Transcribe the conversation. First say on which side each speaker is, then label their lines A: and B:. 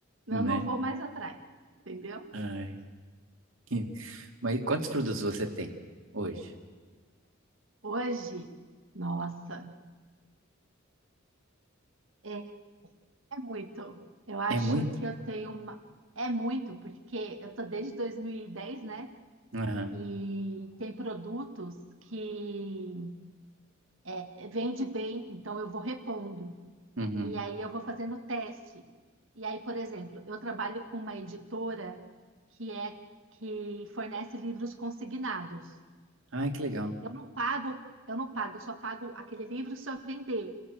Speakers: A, on the right; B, on the right.
A: Não,
B: Né?
A: não vou mais atrás. Entendeu?
B: Ai. que- Mas quantos produtos você tem hoje?
A: Hoje, nossa, é, é muito. Eu acho
B: É muito?
A: que eu tenho uma. É muito, porque eu tô desde 2010, né?
B: Aham.
A: E tem produtos que é, vende bem, então eu vou repondo.
B: Uhum.
A: E aí eu vou fazendo teste. E aí, por exemplo, eu trabalho com uma editora que é que fornece livros consignados.
B: Ai, que legal.
A: Eu não pago, eu não pago, eu só pago aquele livro se eu vender.